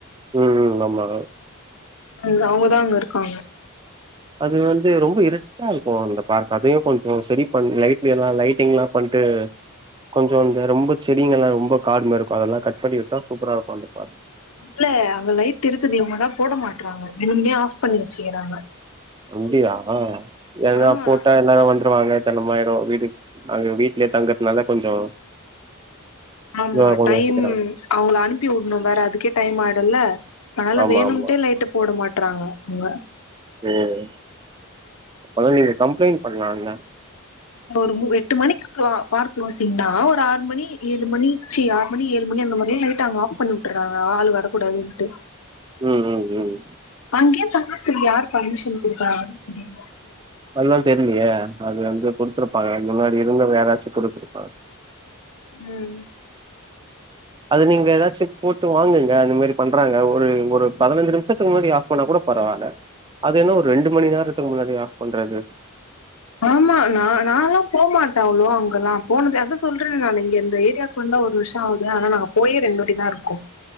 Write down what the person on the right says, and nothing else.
ம் ம் ஆமா
அது வந்து ரொம்ப இருட்டா இருக்கு அந்த பார்க் அதையு கொஞ்சோ சரி பண் லைட்லெல்லா லைட்டிங் எல்லா பண்ட்டு கொஞ்சோ இந்த ரொம்ப செடிங்கெல்லா ரொம்ப காடுமா இருக்கு அதெல்லா கட் பண்ணி விட்டா சூப்பரா இருக்கு அந்த பார்
அப்டியா ஏனா
போட்டா எல்லாரு வந்துருவாங்க ஜனாமாயிரு வீடு அங்க வீட்லயே தங்கறதுனால கொஞ்சோ
இதுவா இருக்குனு
யோசிக்கிறாங்க
ஆமா
ஆமா
ம் ஆனா நீங்க கம்ப்ளைண்ட் பண்லால
ம் ம் ம்
அதல்லா தெர்லையே அது வந்து குடுத்துருப்பாங்க முன்னாடி இருந்தவங்க யாராச்சு குடுத்துருப்பாங்க
அது நீங்க எதாச்சு போட்டு வாங்குங்க அந்த மாரி பண்றாங்க ஒரு ஒரு பதினஞ்சு நிமிஷத்துக் முன்னாடி ஆஃப் பண்ண கூட பரவால அது என்ன ஒரு ரெண்டு மணி நேரத்துக் முன்னாடி ஆஃப் பண்றது